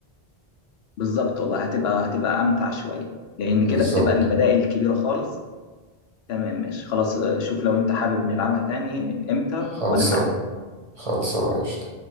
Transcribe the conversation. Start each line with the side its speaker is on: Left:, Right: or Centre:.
Left: بالظبط والله هتبقى هتبقى امتع شوية لان
Right: بالظبط
Left: كده بتبقى البدائل كبيرة خالص تمام ماشي خلاص آه، شوف لو انت حابب نلعبها تاني امتى
Right: خلصان
Left: وانا معاك
Right: خلصانة قشطة